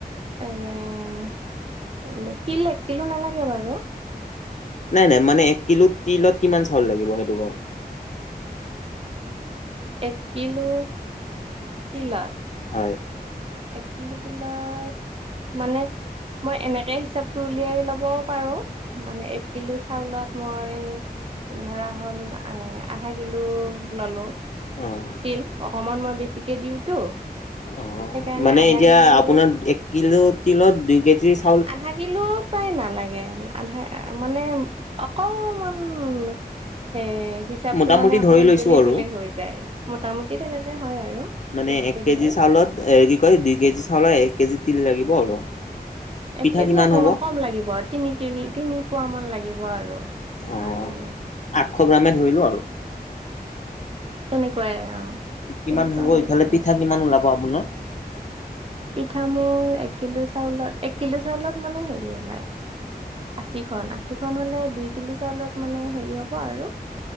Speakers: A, on the right; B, on the left.
A: উমমমম', তিল এক কিলো নালাগে বাৰু',
B: নাই', - নাই', মানে এক কিলো তিলত কিমান চাউল লাগিব, সেইটোক',
A: এক কিলো তিলাচ',
B: হয়',
A: এক কিলো তিলত, মানে', মই এনেকে হিচাপটো উলিয়াই লবও পাৰোঁ', মানে এক কিলো চাউলত মই এই', ধৰা হ'ল এই', আধা কিলো ললোঁ',
B: অ'।
A: তিল, অকমান মই বেছিকে দিওঁতো',
B: অহহ',
A: সেইকাৰণে
B: মানে
A: আধা
B: এতিয়া
A: কিলো
B: আপোনাৰ দ', এক কিলো তিলত দুই কেজি চাউ',
A: আধা কিলো', পাই নালাগে, আধা মানে অকমান', হে', হিচাপটো
B: মোটামুটি
A: মানে অকমান
B: ধৰি লৈছোঁ
A: বেলেগ
B: আৰু।
A: বেলেগ হৈ যায়, মোটামুটি তেনেকে হয় আৰু',
B: মানে
A: বেছিকে
B: এক কেজি
A: দিলে
B: চাউলত, এ', কি কয় দুই কেজি চাউলৰ এক কেজি তিল লাগিব আৰু', পিঠা
A: এক কেজি
B: কিমান
A: অকণমান
B: হ'ব?
A: কম লাগিব, তিনি কে তিনি পুৱা মান লাগিব আৰু।
B: অ'।
A: আৰু
B: আঠশ গ্ৰামে ধৰিলো আৰু
A: তেনেকুৱাই অ
B: কিমান
A: তেনেকুৱা
B: হ'ব
A: হৈ
B: ইফালে
A: যাব
B: পিঠা
A: আৰু
B: কিমান ওলাব আপোনাৰ?
A: পিঠা মোৰ, এক কিলো চাউলত এক কিলো চাউলত মানে হেৰি ওলায়', আশীখন', - আশীখন', হ'লে দুই কিলো চাউলত মানে হেৰি হ'ব আৰু',